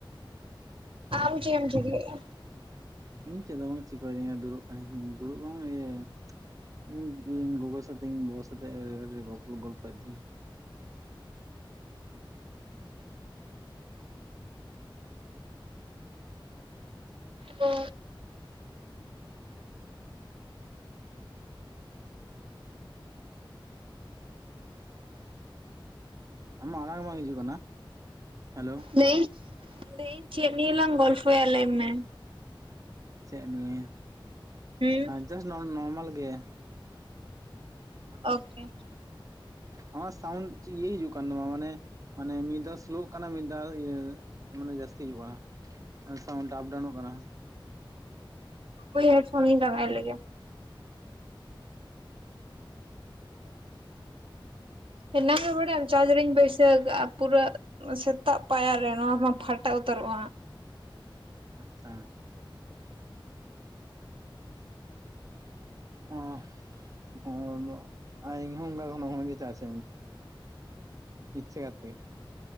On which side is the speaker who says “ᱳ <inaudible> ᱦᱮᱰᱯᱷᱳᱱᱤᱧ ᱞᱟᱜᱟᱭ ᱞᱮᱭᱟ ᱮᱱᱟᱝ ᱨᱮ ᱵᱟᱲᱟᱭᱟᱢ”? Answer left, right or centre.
Right